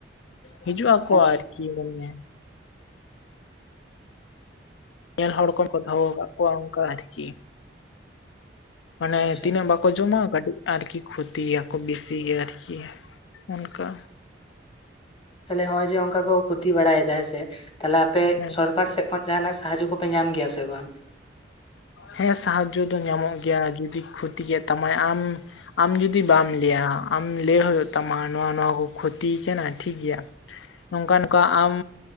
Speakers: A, on the left (about 80°); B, on the left (about 30°).
A: ᱦᱤᱡᱩᱜ ᱟᱠᱚ
B: ᱟᱪᱪᱷᱟ
A: ᱟᱨᱠᱤ ᱢᱟᱱᱮ ᱧᱮᱞ ᱦᱚᱲ ᱠᱚᱢ ᱠᱚ ᱫᱚᱦᱚ ᱟᱠᱟᱫ ᱠᱚᱣᱟ ᱚᱱᱠᱟ ᱟᱨᱠᱤ ᱢᱟᱱᱮ
B: ᱟᱪᱪᱷᱟ
A: ᱛᱤᱱᱟᱹᱜ ᱵᱟᱠᱚ ᱠᱚ ᱡᱚᱢᱟ ᱠᱟᱹᱴᱤᱡ ᱟᱨᱠᱤ ᱠᱷᱚᱛᱤᱭᱟ ᱠᱚ ᱵᱮᱥᱤ ᱜᱮᱤᱭᱟ ᱟᱨᱠᱤ ᱚᱱᱠᱟ
B: ᱛᱟᱦᱞᱮ ᱱᱚᱜ ᱚᱚᱭ ᱡᱮ ᱚᱱᱠᱟ ᱠᱚ ᱠᱷᱩᱚᱛᱤ ᱵᱟᱲᱟᱭᱮᱫᱟ ᱦᱮᱸ ᱥᱮ ᱛᱟᱦᱞᱮ ᱟᱯᱮ
A: ᱦᱮᱸ
B: ᱥᱚᱨᱠᱟᱨ ᱥᱮᱫ ᱛᱚᱠᱷᱚᱱ ᱡᱟᱦᱱᱟᱜ ᱥᱟᱦᱟᱡᱚ ᱠᱚᱯᱮ ᱧᱟᱢ ᱜᱮᱭᱟ ᱥᱮ ᱵᱟᱝ?
A: ᱦᱮᱸ ᱥᱟᱦᱟᱡᱡᱚ ᱫᱚ ᱧᱟᱢᱚᱜ ᱜᱮᱭᱟ ᱡᱩᱫᱤ ᱠᱷᱚᱛᱤ ᱠᱮᱫ ᱛᱟᱢᱟᱭ ᱟᱢ ᱟᱢ ᱡᱩᱫᱤ ᱵᱟᱢ ᱞᱟᱹᱭᱟ ᱟᱢ ᱞᱟᱹᱭ ᱦᱩᱭᱩᱜ ᱛᱟᱢᱟ ᱱᱚᱣᱟ ᱱᱚᱣᱟ ᱠᱚ ᱠᱷᱚᱛᱤᱭ ᱠᱟᱱᱟ ᱴᱷᱤᱠ ᱜᱮᱭᱟ, ᱱᱚᱝᱠᱟ ᱱᱚᱝᱠᱟ ᱟᱢ